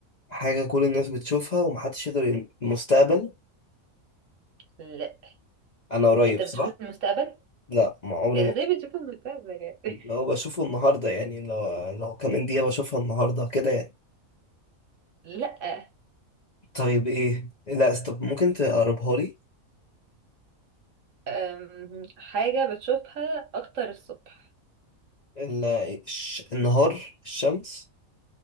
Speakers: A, on the left; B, on the right.
A: حاجة كل الناس بتشوفها ومحدش يقدر ين- المستقبل
B: لا
A: أنا قريب
B: انت
A: صح؟
B: بتشوف المستقبل
A: لا ما عمري
B: ازاي
A: ما قريب.
B: بتشوف المستقبل يعني
A: لو بشوفه النهاردة يعني لو لو كمان دقيقة بشوفها النهاردة كده يعني
B: <laughs> لا
A: طيب إيه؟ لا است- طب ممكن تقربها لي
B: أم... حاجة بتشوفها اكتر الصبح
A: ال- الش... النهار الشمس